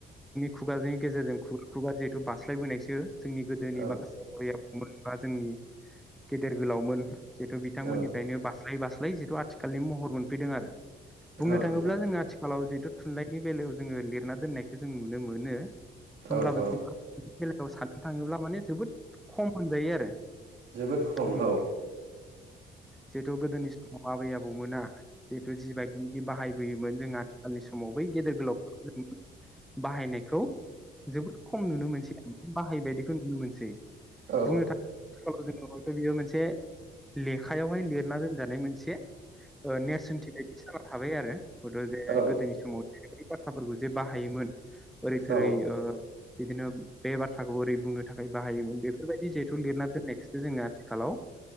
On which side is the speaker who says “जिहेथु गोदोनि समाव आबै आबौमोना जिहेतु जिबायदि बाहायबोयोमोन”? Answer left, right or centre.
Centre